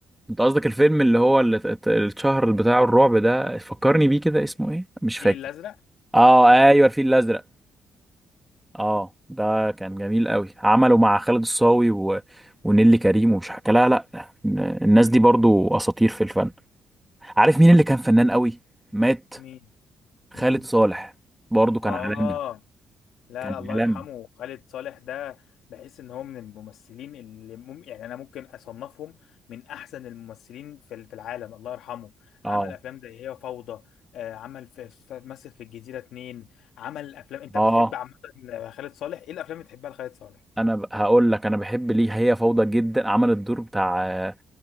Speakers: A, in the centre; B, on the left.
A: انت قصدك الفيلم اللي هو اللي ات- الشهر بتاع الرعب ده فكرني بيه كده اسمه ايه مش فاكر
B: الفيل الازرق
A: اه ايوه الفيل الازرق اه ده كان جميل قوي عمله مع خالد الصاوي و... ونيلي كريم ومش حكى لا لا الناس دي برضو اساطير في الفن عارف مين اللي كان فنان قوي مات
B: مين
A: خالد
B: مين
A: صالح برضو كان
B: اه
A: عالمي
B: لا
A: كان
B: لا الله
A: عالمي
B: يرحمه خالد صالح ده بحس ان هو من الممثلين اللي مم... يعني انا ممكن اصنفهم من احسن الممثلين في ال- في العالم الله يرحمه عمل
A: اه
B: افلام زي هي فوضى آه، عمل في في- مثل في الجزيرة اتنين عمل افلام انت
A: اه
B: بتحب عامة خالد صالح ايه الافلام اللي بتحبها لخالد صالح
A: انا ب- هقول لك انا بحب ليه هي فوضى جدا عمل الدور بتاع آه،